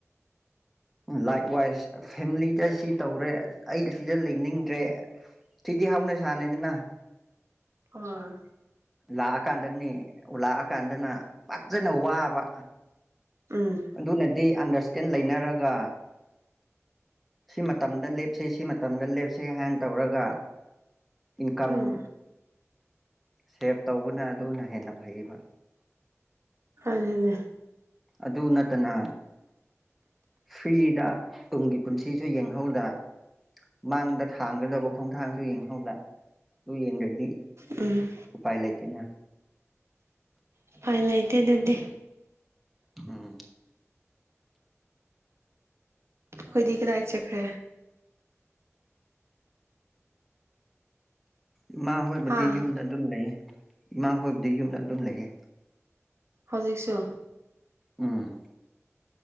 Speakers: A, in the centre; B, on the right.
A: ꯂꯥꯏꯛ ꯋꯥꯏꯁ ꯐꯦꯃꯤꯂꯤꯗ ꯁꯤ ꯇꯧꯔꯦ ꯑꯩ ꯁꯤꯗ ꯂꯩꯅꯤꯡꯗ꯭ꯔꯦ ꯁꯤꯗꯤ ꯍꯥꯎꯅ ꯁꯥꯟꯅꯦꯗꯅ
B: ꯑꯣ
A: ꯂꯥꯛꯑꯀꯥꯟꯗꯅꯤ ꯂꯥꯛꯑꯀꯥꯟꯗꯅ ꯐꯖꯅ ꯋꯥꯕ
B: ꯎꯝ
A: ꯑꯗꯨꯅꯗꯤ ꯑꯟꯗꯔꯁꯇꯦꯟ ꯂꯩꯅꯔꯒ ꯁꯤ ꯃꯇꯝꯗ ꯂꯦꯞꯁꯦ ꯁꯤ ꯃꯇꯝꯗ ꯂꯦꯞꯁꯦ ꯍꯥꯏꯅ ꯇꯧꯔꯒ ꯏꯟꯀꯝ
B: ꯎꯝ
A: ꯁꯦꯞ ꯇꯧꯕꯅ ꯑꯗꯨꯅ ꯍꯦꯟꯅ ꯐꯩꯕ
B: ꯑꯗꯨꯅꯦ
A: ꯑꯗꯨ ꯅꯠꯇꯅ ꯐ꯭ꯔꯤꯗ ꯇꯨꯡꯒꯤ ꯄꯨꯟꯁꯤꯁꯨ ꯌꯦꯡꯍꯧꯗ ꯃꯥꯡꯗ ꯊꯥꯡꯒꯗꯕ ꯈꯣꯡꯊꯥꯡꯁꯨ ꯌꯦꯡꯍꯧꯗ ꯑꯗꯨ ꯌꯦꯡꯗ꯭ꯔꯗꯤ
B: ꯎꯝ
A: ꯎꯄꯥꯏ ꯂꯩꯥꯏꯇꯦꯅ
B: ꯎꯄꯥꯏ ꯂꯩꯇꯦ ꯑꯗꯨꯗꯤ
A: ꯎꯝ
B: ꯑꯩꯈꯣꯏꯗꯤ ꯀꯗꯥꯥꯏ ꯆꯠꯈꯔ‌ꯦ
A: ꯏꯃꯥ ꯍꯣꯏꯕꯨꯗꯤ
B: ꯍꯥ
A: ꯌꯨꯝꯗ ꯑꯗꯨꯝ ꯂꯩꯌꯦ ꯏꯃꯥ ꯍꯣꯏꯕꯨꯗꯤ ꯌꯨꯝꯗ ꯑꯗꯨꯝ ꯂꯩꯌꯦ
B: ꯍꯧꯖꯤꯛꯁꯨ
A: ꯎꯝ